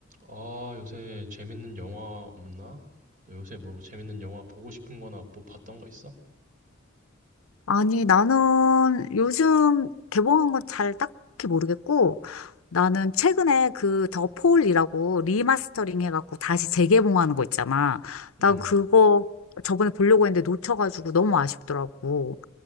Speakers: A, on the right; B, on the left.
A: 아, 요새 재밌는 영화 없나? 너 요새 뭐 재밌는 영화 보고 싶은 거나 뭐 봤던 거 있어?
B: 아니, 나는 요즘 개봉한 건 잘 딱히 모르겠고, 나는 최근에 그 더 폴이라고 리마스터링 해갖고 다시 재개봉하는 거 있잖아.
A: 음,
B: 난 그거 저번에 보려고 했는데 놓쳐가지고 너무 아쉽더라고.